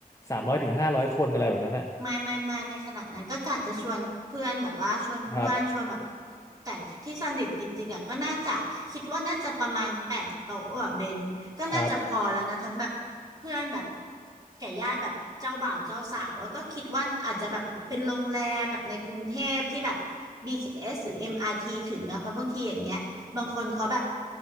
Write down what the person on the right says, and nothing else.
ไม่ไม่ไม่ไม่ขนาดนั้นก็กะจะชวนเพื่อนแบบว่าชวนเพื่อนชวนแบบ
แต่ที่สนิทจริงๆอ่ะก็น่าจะคิดว่าน่าจะประมาณแปดโต๊ะอ่ะเบนก็น่าจะพอแล้วนะทั้งแบบเพื่อนแบบ
แก่ญาติแบบเจ้าบ่าวเจ้าสาวอะก็คิดว่าอาจจะแบบเป็นโรงแรมแบบในกรุงเทพที่แบบ BTS หรือ MRT ถึงอะเพราะบางทีอย่างเงี้ย บางคนเขาแบบ